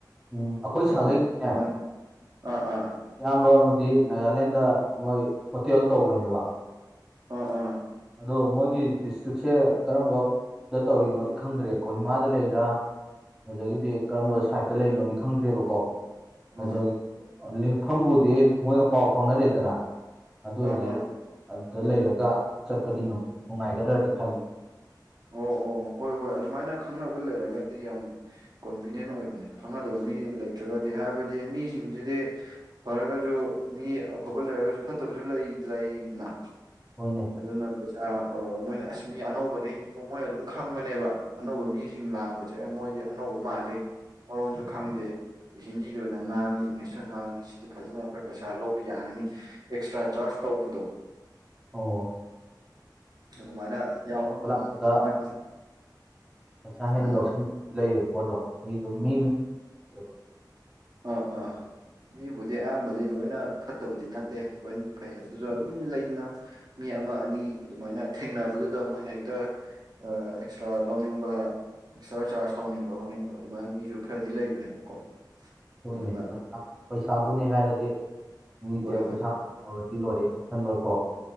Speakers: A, in the centre; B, on the right.
A: ꯎꯝ ꯑꯩꯈꯣꯏ ꯁꯥꯒꯩꯅꯦ
B: ꯃꯣꯏꯅ ꯋꯥꯟ ꯑꯥ ꯑꯥ
A: ꯏꯌꯥꯝꯕ ꯑꯃꯗꯤ ꯅꯥꯒꯥꯂꯦꯟꯗ ꯃꯣꯏ ꯍꯣꯇꯦꯜ ꯇꯧꯕꯅꯦꯕ
B: ꯎꯝ ꯎꯝ
A: ꯑꯗꯣ ꯃꯣꯏꯒꯤ ꯗꯤꯁꯇ꯭ꯔꯤꯛꯁꯦ ꯀꯔꯝꯕꯗ ꯇꯧꯔꯤꯅꯣꯗꯤ ꯈꯪꯗ꯭ꯔꯦ ꯀꯣꯍꯤꯃꯥꯗ ꯂꯩꯔ ꯑꯗꯒꯤꯗꯤ ꯀꯔꯝꯕ ꯁꯥꯏꯠꯇ ꯂꯩꯅꯣꯗꯤ ꯈꯪꯗ꯭ꯦꯕꯀꯣ
B: ꯑꯥ
A: ꯑꯒꯤ ꯂꯦꯛꯐꯝꯕꯨꯗꯤ ꯃꯣꯏꯒ ꯄꯥꯎ ꯐꯥꯎꯅꯔꯦꯗꯅ
B: ꯑꯥ
A: ꯑꯗꯨ ꯑꯣꯏꯔꯗꯤ
B: ꯑꯥ
A: ꯑꯗꯨꯗ ꯂꯩꯔꯒ ꯆꯠꯄꯗꯤ ꯅꯨꯡꯉꯥꯏꯒꯗ꯭ꯔꯗꯤ ꯈꯂꯦ
B: ꯑꯣ ꯑꯣ ꯍꯣꯏ ꯍꯣꯏ ꯑꯗꯨꯃꯥꯏꯅ ꯈꯪꯅꯕ ꯂꯩꯔꯒꯗꯤ ꯌꯥꯝ ꯀꯣꯟꯚꯤꯅꯤꯌꯦꯟ ꯑꯣꯏꯕꯅꯦ ꯈꯪꯅꯗꯕ ꯃꯤ ꯂꯩꯇ꯭ꯔꯒꯗꯤ ꯍꯥꯏꯕꯗꯤ ꯃꯤꯁꯤꯡꯁꯤꯗꯤ ꯐꯔꯒꯁꯨ ꯃꯤ ꯑꯐꯕ ꯂꯩꯔꯒꯁꯨ ꯐꯠꯇꯕ ꯀ ꯂꯩꯗꯅ
A: ꯍꯣꯏꯅꯦ
B: ꯑꯗꯨꯅ ꯄꯩꯁꯥ ꯃꯣꯏꯅ ꯑꯁ ꯃꯤ ꯑꯅꯧꯕꯅꯤ ꯃꯣꯏꯅ ꯑꯗꯨꯝ ꯈꯪꯕꯅꯦꯕ ꯑꯅꯧꯕ ꯃꯤꯁꯤꯡ ꯂꯥꯛꯄꯁꯦ ꯑꯦ ꯃꯣꯏꯗꯤ ꯑꯅꯧꯕ ꯃꯥꯜꯂꯤ ꯃꯔꯣꯟꯁꯨ ꯈꯪꯗꯦ ꯍꯤꯟꯗꯤꯗ ꯑꯣꯏꯅ ꯉꯥꯡꯉꯤ ꯏꯪꯂꯤꯁꯇ ꯑꯣꯏꯅ ꯉꯥꯡꯉꯤ ꯁꯤꯗꯤ ꯐꯖꯅ ꯑꯩꯈꯣꯏ ꯄꯩꯁꯥ ꯂꯧꯕ ꯌꯥꯔꯅꯤ ꯑꯦꯛꯁꯇ꯭ꯔꯥ ꯆꯥꯔꯖ ꯇꯧꯕꯗꯣ
A: ꯑꯣ
B: ꯑꯗꯨꯃꯥꯏꯅ ꯌꯥꯎ ꯎꯝ
A: ꯂꯥꯛꯄꯗ
B: ꯑꯗꯨꯃꯥꯏꯅ
A: ꯄꯩꯁꯥ ꯍꯦꯟꯅ
B: ꯎꯝ
A: ꯂꯧꯁꯤꯟꯕꯁꯨ ꯂꯩꯌꯦꯕ ꯍꯗ ꯃꯤꯗꯨ ꯃꯤꯦꯕ
B: ꯑ ꯑꯥ ꯃꯤꯕꯨꯗꯤ ꯑꯌꯥꯝꯕꯗꯤ ꯂꯣꯏꯅ ꯐꯠꯇꯕꯗꯤ ꯅꯠꯇꯦ ꯂꯣꯏꯅ ꯐꯩ ꯑꯗꯨꯁꯨ ꯑꯗꯨꯝ ꯂꯩꯗꯅ ꯑ ꯑꯃ ꯑꯅꯤ ꯑꯗꯨꯃꯥꯏꯅ ꯊꯦꯡꯅꯕꯗꯨꯗ ꯃꯣꯏꯅ ꯍꯦꯛꯇ ꯑꯦꯛꯁꯇ꯭ꯔꯥ ꯂꯧꯅꯤꯡꯕ ꯑꯦꯛꯁꯇ꯭ꯔꯥ ꯆꯥꯔꯖ ꯇꯧꯅꯤꯡꯕ ꯈꯣꯠꯅꯤꯡꯕ ꯑꯗꯨꯃꯥꯏꯅ ꯃꯤꯁꯨ ꯈꯔꯗꯤ ꯂꯩꯕꯅꯦꯕꯀꯣ
A: ꯍꯣꯏꯅꯦ
B: ꯑꯗꯨꯅ
A: ꯄꯩꯁꯥꯕꯨꯅꯦ ꯍꯥꯏꯔꯗꯤ ꯃꯤꯁꯦ
B: ꯍꯣꯏ ꯍꯣꯏ
A: ꯄꯩꯁꯥ ꯗꯤ ꯂꯣꯏꯔꯦꯅ ꯈꯟꯕ ꯀꯣ